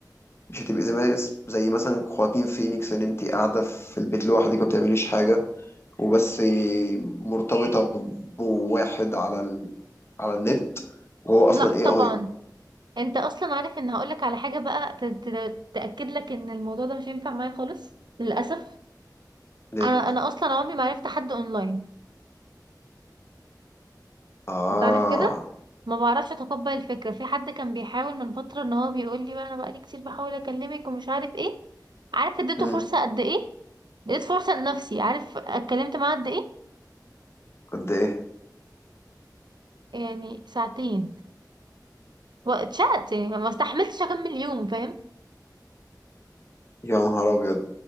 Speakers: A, on the left; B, on the right.
A: مش هتبقي زي زي مثلا خواكين فينيكس ان انت قاعدة في البيت لوحدك ما بتعمليش حاجة وبس مرتبطة بواحد على على النت وهو اصلا
B: لا
A: اي
B: طبعا
A: اي
B: انت اصلا عارف ان هقولك على حاجه بقى ت- ت- تاكد لك ان الموضوع ده مش هينفع معايا خالص للاسف
A: ليه
B: انا انا اصلا عمري ما عرفت حد اونلاين
A: اه
B: انت عارف كده ما بعرفش اتقبل الفكره في حد كان بيحاول من فتره ان هو بيقول لي بقى انا بقالي كتير بحاول اكلمك ومش عارف ايه عارف اديته
A: امم
B: فرصه قد ايه اديت فرصه لنفسي عارف اتكلمت معاه قد ايه
A: قد ايه
B: يعني ساعتين واتشقت يعني ما استحملتش اكمل يوم فاهم
A: يا نهار ابيض